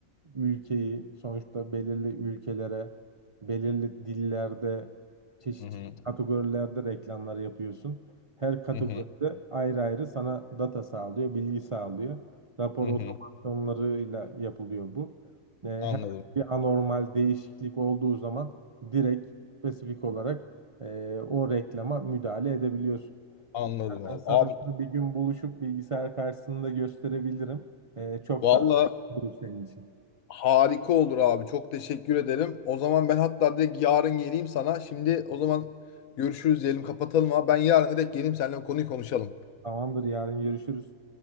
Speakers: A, on the right; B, on the left.
A: ülkeyi sonuçta belirli ülkelere, belirli dillerde, çeşitli
B: Hı hı,
A: kategorilerde reklamlar yapıyorsun. Her kategoride
B: hı hı,
A: ayrı ayrı sana data sağlıyor, bilgi sağlıyor. Rapor
B: hı
A: otomasyonlarıyla
B: hı.
A: yapılıyor bu. Ee,
B: Anladım.
A: her bir anormal değişiklik olduğu zaman direkt spesifik olarak e, o reklama müdahale edebiliyorsun.
B: Anladım
A: İstersen
B: abi.
A: sana
B: Abi
A: bunu bir gün buluşup bilgisayar karşısında gösterebilirim. E, çok
B: valla.
A: daha olur senin için.
B: Harika olur abi. Çok teşekkür ederim. O zaman ben hatta direkt yarın geleyim sana. Şimdi o zaman görüşürüz diyelim kapatalım abi. Ben yarın direkt geleyim seninle bu konuyu konuşalım.
A: Tamamdır yarın görüşürüz.